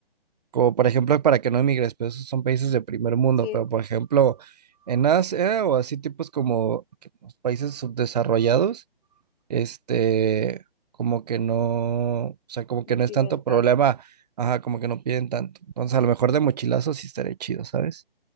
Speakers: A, on the right; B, in the centre.
A: Como por ejemplo, para que no emigres, pero esos son países de primer mundo,
B: Sí,
A: pero por ejemplo, en Asia o así tipos como que los países subdesarrollados, este, como que no, o sea, como
B: no
A: que no
B: piden
A: es tanto
B: tanto.
A: problema, ajá, como que no piden tanto. Entonces, a lo mejor de mochilazo sí estaría chido, ¿sabes?